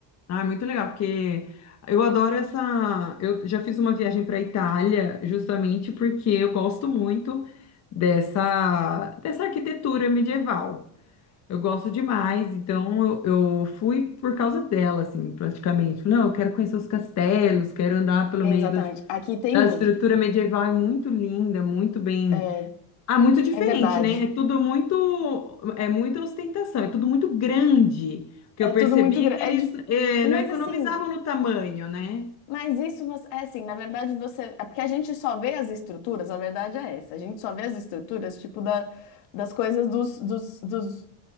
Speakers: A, on the left; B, on the left.
A: Ah, é muito legal, porque eu adoro essa. Eu já fiz uma viagem para a Itália justamente porque eu gosto muito dessa, dessa arquitetura medieval. Eu gosto demais, então eu, eu fui por causa dela, assim, praticamente. Falei, Não, eu quero conhecer os castelos, quero andar pelo
B: Exatamente.
A: meio das,
B: Aqui tem
A: da
B: muito.
A: estrutura medieval, é muito linda, muito bem.
B: É,
A: Ah, muito diferente,
B: é verdade.
A: né? É tudo muito, é muita ostentação, é tudo muito grande. O que
B: É
A: eu percebi
B: tudo muito grande.
A: é que eles
B: É dif...
A: eh,
B: Mas
A: não economizavam
B: assim,
A: no tamanho, né?
B: Mas isso você, é assim, na verdade você, é porque a gente só vê as estruturas, a verdade é essa, a gente só vê as estruturas, tipo, da, das coisas dos, dos, dos,